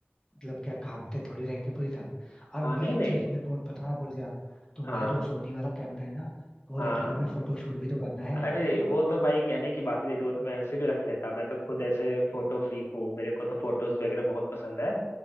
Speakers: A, on the left (about 15°); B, on the left (about 70°).
A: मतलब क्या कांपते थोड़ी रहेंगे पूरी रात और
B: हाँ
A: मेन
B: नहीं नहीं
A: चीज मैं वो बताना भूल गया तुम्हारा
B: हाँ
A: जो सोनी वाला कैमरा है ना वो
B: हाँ
A: रख लेना भाई फोटो शूट भी तो करना है
B: अरे वो तो भाई कहने की बात ही नहीं तो वो तो मैं ऐसे भी रख लेता मैं तो खुद ऐसे फोटो फ्रीक हूँ मेरे को तो फोटोज वगैरह बहुत पसंद है